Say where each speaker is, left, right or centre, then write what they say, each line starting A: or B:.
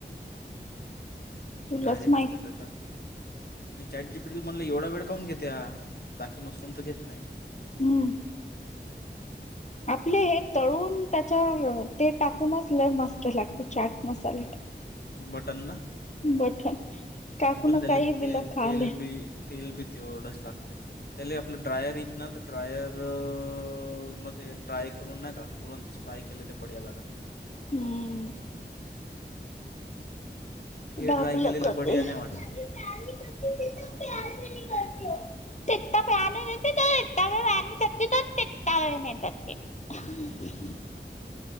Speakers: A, on the left; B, on the left.
A: <inaudible>
B: डायरेकच
A: माहित
B: त्याला टाक मी चॅट जी पी टी म्हणलं एवढा वेळ कावून घेते हा बाकी मशरूम तर घेत नाही
A: हम्म. आपले हे तळून त्याच्यावर ते टाकूनच लंय मस्त लागते चाट मसाले टा
B: हे बटन ना
A: बटन टाकून
B: बंद झाले
A: काही दिलं
B: तेल,
A: खाले
B: तेल बी तेल बी तेवढच लागते त्याला आपल्या ड्रायर इना तर ड्रायरमध्ये ड्रायकरून नाही का तुरंतच फ्राय केलं तर बढिया लागलं.
A: हम्म.
B: हे
A: ढापल
B: ड्राय केलेले
A: का
B: बढिया
A: ते? <unintelligible>
B: नाही वाटत
A: <unintelligible> <unintelligible>